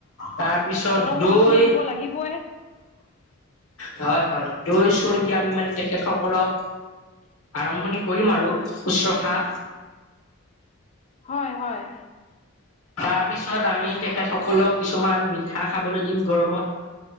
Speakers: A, on the left; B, on the left.
A: তাৰপিছত
B: গৰমত
A: দৈ।
B: আপুনি দিব লাগিবই
A: হয় হয় দৈ চৈ দি আমি মানে তেখেতসকলক। আৰম্ভণি কৰিম আৰু শুশ্ৰষা।
B: হয় হয়।
A: তাৰ পিছত আমি তেখেতসকলক কিছুমান মিঠা খাবলৈ দিম গৰমত।